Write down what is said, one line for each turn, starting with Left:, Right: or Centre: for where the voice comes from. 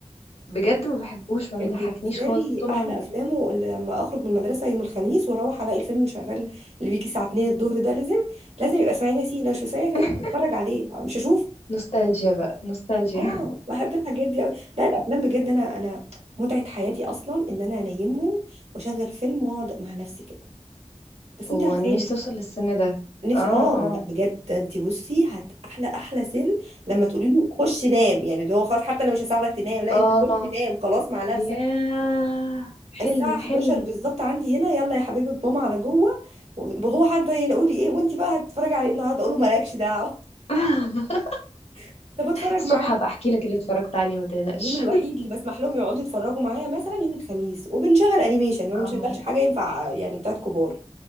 Left: بجد ما بحبوش ما
Right: كان
Left: بيضحكنيش
Right: بالنسبة
Left: خالص
Right: لي
Left: طول
Right: أحلى
Left: عمري
Right: أفلامه اللي لما أخرج من المدرسة يوم الخميس وأروح ألاقي الفيلم اللي شغال اللي بيجي الساعة 2 الظهر ده لازم لازم يبقى اسماعيل ياسين لو مش اسماعيل ياسين
Left: <laughs>
Right: مش بتفرج عليه مش هشوفه
Left: نوستالجيا بقى نوستالجيا
Right: اه
Left: <laughs>
Right: بحب الحاجات دي أوي لا الأفلام بجد أنا أنا متعة حياتي أصلا إن أنا أنيمهم وأشغل فيلم وأقعد مع نفسي كده بس أنت
Left: وانا
Right: عارفاني
Left: نفسي اوصل للسن ده
Right: نفسي
Left: اه
Right: اه
Left: اه
Right: لا بجد أنت بصي هت أحلى أحلى سن لما تقولي له خش نام يعني اللي هو خلاص حتى أنا مش هساعدك تنام لا
Left: اه
Right: أنت خش نام خلاص مع نفسك
Left: ياه حلم
Right: الساعة 11
Left: حلم
Right: بالظبط عندي هنا يلا يا حبيبي ماما على جوه وهو حد يقول لي ايه وانت بقى هتتفرجي على ايه النهارده اقول له مالكش دعوة
Left: <laughs>
Right: <laughs> طب اتفرج
Left: الصبح
Right: معاه
Left: هبقى احكي لك اللي اتفرجت عليه ما تقلقش
Right: اليوم الوحيد اللي بسمح لهم يقعدوا يتفرجوا معايا مثلا يوم الخميس وبنشغل انيميشن ما بنشغلش
Left: اه
Right: حاجة ينفع يعني بتاعت كبار